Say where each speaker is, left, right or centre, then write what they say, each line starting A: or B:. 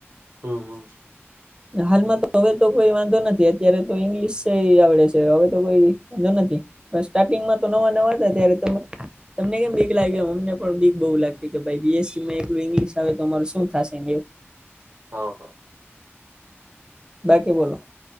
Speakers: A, on the right; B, on the right.
A: હમ હમ
B: હાલમાં તો હવે તો કોઈ વાંધો નથી અત્યારે તો ઈંગ્લિશ આવડે છે હવે તો કોઈ વાંધો નથી. પણ સ્ટાર્ટિંગમાં તો નવા નવા હતા ત્યારે તમે તમને કેમ બીક લાગ્યું અમને પણ બીક બહુ લાગતી કે ભાઈ બીએસસી માં એકલું ઇંગ્લિશ આવે તો અમાર શું થશે.
A: હા, હા.
B: બાકી બોલો.